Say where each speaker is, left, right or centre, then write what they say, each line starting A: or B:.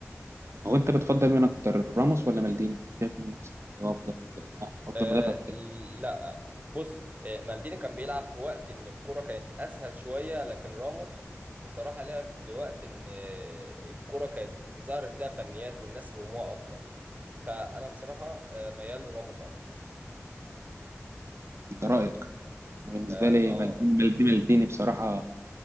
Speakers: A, on the right; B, on the right.
A: هو انت بتفضل مين اكتر راموس ولا مالديني شايف مين احسن هو افضل آه، افضل
B: أه
A: مدافع في التاريخ.
B: لا بص آه، مالديني كان بيلعب في وقت ان الكره كانت اسهل شويه لكن راموس بصراحه لعب في وقت ان آه، الكره كانت ظهرت لها فنيات والناس فهموها اكتر فانا بصراحه آه، ميال لراموس اكتر
A: ده رايك أنا بالنسبه
B: اه
A: لي
B: آه.
A: مالديني مالديني مالديني بصراحه